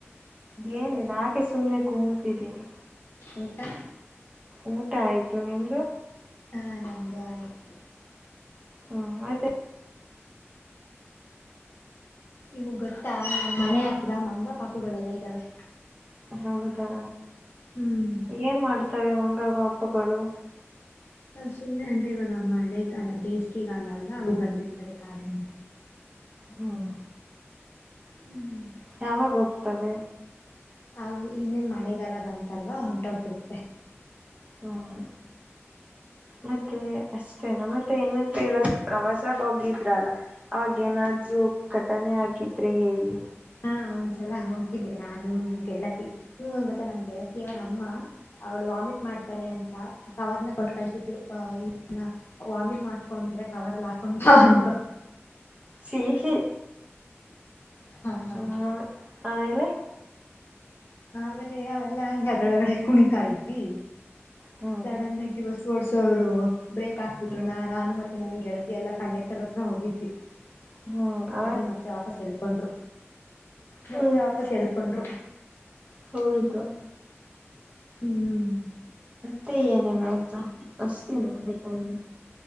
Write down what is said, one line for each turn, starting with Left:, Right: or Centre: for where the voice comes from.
Right: ಏನಿಲ್ಲ ಆಗೆ ಸುಮ್ನೆ ಕೂತಿದ್ದೀನಿ
Left: ಊಟಾ
Right: ಊಟ ಆಯ್ತು ನಿಮ್ದು
Left: ಹ ನಮ್ದು ಆಯ್ತು
Right: ಹ್ಮ ಮತ್ತೆ
Left: ನಿಮಗ್ ಗೊತ್ತಾ ನಮ್ಮ್ ಮನೆ ಹತ್ರ ಮಂಗ ಪಾಪುಗಳೆಲ್ಲ ಇದ್ದಾವೆ
Right: ಹೌದಾ
Left: ಹ್ಮ್
Right: ಏನ್ ಮಾಡ್ತವೆ ಮಂಗ ಪಾಪುಗಳು
Left: ಸುಮ್ನೆ ಅಂದ್ರೆ ಇವಾಗ ಮಳೆಗಾಲ ಬೇಸಿಗೆಗಾಲ ಅಲ್ಲವಾ ಅವು ಬಂದಿರ್ತಾವೆ ಕಾಡಿಂದ
Right: ಹ್ಮ್
Left: ಹ್ಮ್
Right: ಯಾವಾಗ ಹೋಗ್ತವೆ
Left: ಅವು ಇನ್ನೇನ ಮಳೆಗಾಲ ಬಂತಲ್ವಾ ಹೊಂಟೋಗ್ಬಿಡುತ್ತೆ
Right: ಹ್ಮ್ ಮತ್ತೆ ಅಷ್ಟ ಮೇ ಮತ್ತೆ ಏನಂತ ಹೇಳೊದು ಪ್ರವಾಸಾಗ ಹೋಗಿದ್ರಲ್ಲ ಆಗೇನಾದ್ರೂ ಘಟನೆೆ ಹಾಗಿದ್ರೆ ಹೇಳಿ
Left: ಹಾ ಒಂದ್ಸಲ ಹೋಗಿದ್ದೆ ನಾನು ನನ್ನ ಗೆಳತಿ ನಿನಗ್ ಒಂದ್ ಗೊತ್ತಾ ನಮ್ ಗೆಳತಿ ಅವ್ರಮ್ಮ ಅವಳು ವಾಮಿಟ್ ಮಾಡ್ತಾಳೆ ಅಂತ ಕವರ್ನ ಕೊಟ್ಟ ಕಳ್ಸಿದ್ರು <unintelligible> ವಾಮಿಟ್ ಮಾಡ್ಕೊಂಡ್ರೆ ಕವರಲ್ಲ್ ಹಾಕೊಂಡ ಬಾ ಅಂತ
Right: ಸಿಹಿ
Left: ಹಾ ಹಾ
Right: ಹ್ಮ್ ಆಮೇಲೆ
Left: ಆಮೇಲೆ ನಾವೆಲ್ಲ ಅಲ್ಲಿ ಅದರೊಳಗಡೆ ಕುಣಿತಾ ಇದ್ವಿ
Right: ಹ್ಮ್
Left: ಸಡನ್ ಆಗಿ ಬಸ್ ಓಡಸೋರು ಬ್ರೇಕ್ ಹಾಕ್ಬಿಟ್ರು
Right: ಹ್ಮ್
Left: ನಾ ನಾನು ಮತ್ತೆ ನನ್ನ ಗೆಳತಿ ಎಲ್ಲ ಕಂಡಕ್ಟರ್ ಹತ್ರ ಹೋಗಿದ್ವಿ <inaudible>
Right: ಹ್ಮ್
Left: ಆಮೇಲೆ ಮತ್ತೆ ವಾಪಸ್ ಎಳ್ಕೊಂಡ್ರು
Right: ಹ್ಮ್
Left: ಮತ್ತೆ ವಾಪಸ್ ಎಳ್ಕೊಂಡ್ರು
Right: ಹೌದಾ
Left: ಹ್ಮ್
Right: ಮತ್ತೆ ಏನೇನ್ ಆಯ್ತು ಅಷ್ಟೇನ ಬೇಕಾಗಿರೋದು